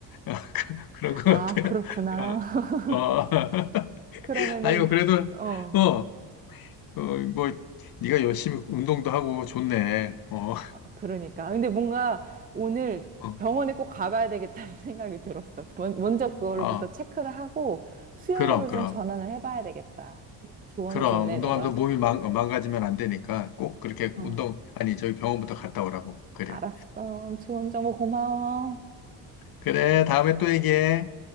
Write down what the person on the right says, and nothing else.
아,
그렇구나. <laughs>
그러면은,
어,
그러니까. 근데 뭔가 오늘
병원에 꼭 가봐야 되겠다는 <laughs> 생각이 들었어. 먼- 먼저 그걸부터
체크를 하고 수영으로
좀 전환을 해봐야 되겠다. 조언해줬네,
너가.
어,
알았어. 좋은 정보 고마워.